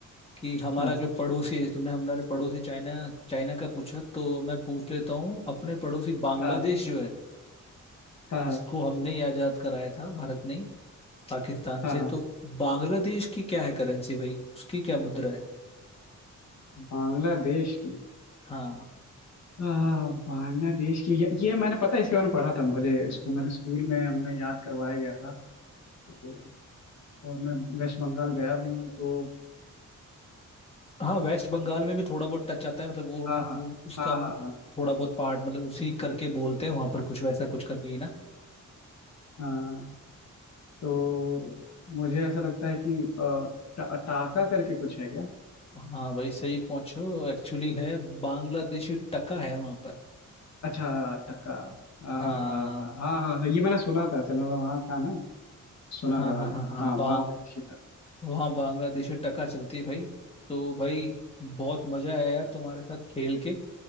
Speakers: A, on the left; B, on the left.
A: कि हमारा
B: हाँ
A: जो पड़ोसी है तुमने हमारे पड़ोसी चाइना चाइना का पूछा तो मैं पूछ लेता हूँ अपने पड़ोसी बांग्लादेश
B: हाँ
A: जो है
B: हाँ हाँ
A: इसको हमने ही आजाद कराया था भारत ने पाकिस्तान
B: हाँ
A: से
B: हाँ
A: तो बांग्लादेश की क्या है करेंसी भाई उसकी क्या मुद्रा है
B: बांग्लादेश की
A: हाँ
B: आ, बांग्लादेश की ये, ये मैंने पता है इसके बारे में पढ़ा था मुझे स्कूल मैंने स्कूल में हमने याद करवाया गया था तो, और मैं वेस्ट बंगाल गया भी हूँ तो
A: हाँ वेस्ट बंगाल में भी थोड़ा बहुत टच आता है मतलब वो
B: हाँ हाँ
A: वो उसका
B: हाँ हाँ
A: थोड़ा बहुत पार्ट मतलब उसी करके बोलते हैं वहां पर कुछ वैसा कुछ करके ही ना
B: हाँ हाँ तो मुझे ऐसा लगता है कि अ, ट- टाका करके कुछ है क्या
A: हाँ भाई सही पहुंचो एक्चुअली है बांग्लादेशी टका है वहां पर
B: अच्छा टका हाँ
A: हाँ
B: हाँ हाँ हाँ हाँ हाँ, ये मैंने सुना था असल में मैं वहाँ था ना सुना
A: हाँ
B: था
A: हाँ
B: मैंने
A: हाँ हाँ
B: हाँ
A: बा
B: बांग्लादेशी टका
A: वहाँ बांग्लादेशी टका चलती है भाई तो भाई बहुत मजा आया यार तुम्हारे साथ खेल के